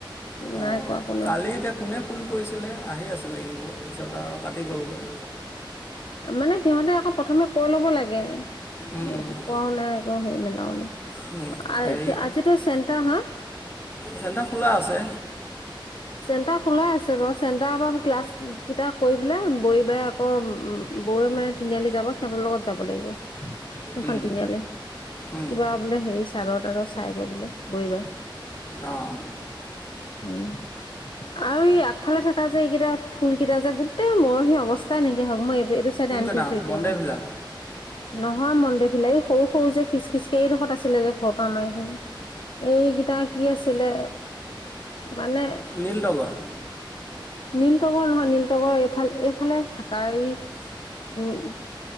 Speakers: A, on the left (about 25°); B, on the left (about 70°).
A: অ,
B: নাই কোৱা কোনেও
A: কালি এতিয়া কোনে ফোন কৰিছিলে আহি আছিলে কিন্তু পিছত আৰু কাটি গ'লগৈ।
B: মানে সিহঁতে আকৌ প্ৰথমে কৈ ল'ব লাগে,
A: উম, উম।
B: একো কোৱাও নাই আকৌ হে মেলাও নাই।
A: উম,
B: আজ
A: হেৰি
B: আজিতো চেণ্টাৰ, হা?
A: চেণ্টাৰ খোলা আছে।
B: চেণ্টাৰ খোলা আছে বাৰু চেণ্টাৰ পৰা ক্লাছ কেইটা কৰি পেলাই বহি পাই আকৌ, বৈ মানে তিনিআলি যাব। সিহঁতৰ লগত যাব লাগিব, সিখন
A: উম,
B: তিনিআলি,
A: উম,
B: কিবা বোলে হেৰি চাদৰ তাদৰ চাই গল গে <unintelligible>
A: অ',
B: উম, আৰু ই আগফালে থাকা যে এইকেইটা ফুল কেইটা যে গোটেই মৰহি অৱস্থাই নেকি হ মই এইটো চাইডে
A: কোনকেইটা
B: আনি থৈছোঁ এতিয়াও।
A: মন্দে ভিলা
B: নহয় মন্দে ফিলাই এই সৰু সৰু যে খিচ খিচ এইডোখৰত আছিলে যে ঘৰতো আমাৰ সেই এইকেইটা কি আছিলে, মানে
A: নীলতগৰ?
B: নীলতগৰ নহয় নীলতগৰ এইফাল এইফালে থাকা এই উম,